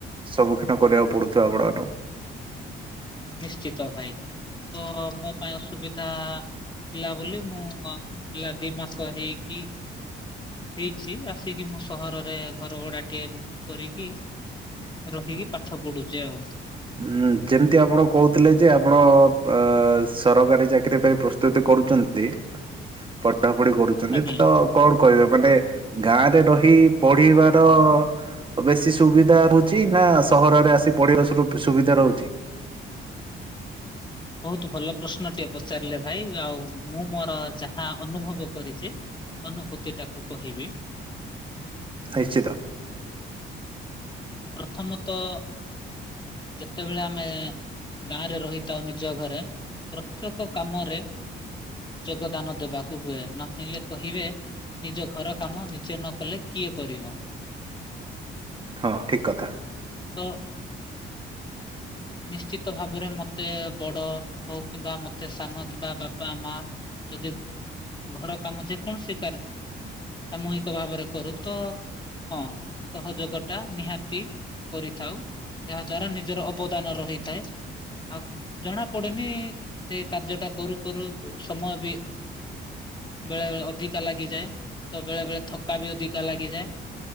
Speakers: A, on the right; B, on the left.
A: ସମ୍ମୁଖୀନ କରିବାକୁ ପଡୁଥିବ ଆପଣ ମାନଙ୍କୁ।
B: ନିଶ୍ଚିତ ଭାଇ ତ ମୋ ପାଇଁ ଅସୁବିଧା ଥିଲା ବୋଲି ମୁଁ ଅଁ ହେଲା ଦି ମାସ ହେଇକି ହେଇଛି ଆସିକି ମୁଁ ସହରରେ ଘର ଭଡା ଟିଏ କରିକି ରହିିକି ପାଠ ପଡୁଚି ଆଉ।
A: ହୁଁ ଯେମତି ଆପଣ କହୁଥିଲେ ଯେ ଆପଣ ପା ସରକାରୀ ଚାକିରୀ ପାଇଁ ପ୍ରସ୍ତୁତ କରୁଛନ୍ତି ପଢାପଢି କରୁଛନ୍ତି
B: ଆଜ୍ଞା।
A: ତ କଣ କହିବେ? ମାନେ ଗାଁରେ ରହି ପଢିବାର ବେସି ସୁବିଧା ରହୁଛି ନା ସହରରେ ଆସି ପଢିବା <unintelligible> ସୁବିଧା ରହୁଚି।
B: ବହୁତ ଭଲ ପ୍ରଶ୍ନଟିଏ ପଚାରିଲେ ଭାଇ ଆଉ ମୁଁ ମୋର ଯାହା ଅନୁଭବ କରିଚି ଅନୁଭୂତିଟାକୁ କହିବି। ଉଁ,
A: ଆଇଶ୍ଚିଦ।
B: ପ୍ରଥମତଃ ଯେତେବେଳେ ଆମେ ଗାଁରେ ରହିଥାଉ ନିଜ ଘରେ ପ୍ରତ୍ୟେକ କାମରେ ଯୋଗଦାନ ଦେବାକୁ ହୁଏ ନଦେଲେ କହିବେ ନିଜ ଘର କାମ ନିଜେ ନକଲେ କିଏ କରିବ?
A: ହଁ ଠିକ କଥା।
B: ତ୍ ନିଶ୍ଚିତ ଭାବରେ ମତେ ବଡ ହଉ କିମ୍ବା ମତେ ସାନ କିମ୍ବା ବାପା ମା ଯଦି ଘର କାମ ଯେକୌଣସି ସାମୁହିକ ଭାବରେ କରୁ ତ ହଁ ସହଯୋଗ ଟା ନିହାତି କରିଥାଉ ଯାହା ଦ୍ଵାରା ନିଜର ଅବଦାନ ରହିଥାଏ। ଆଉ ଜଣା ପଡେନି ସେ କାର୍ଯ୍ୟ ଟା କରୁ କରୁ ସମୟ ବି ଅ ବେଳେ ବେଳେ ଅଧିକା ଲାଗିଯାଏ ତ ବେଳେ ବେଳେ ଥକା ବି ଅଧିକା ଲାଗିଯାଏ।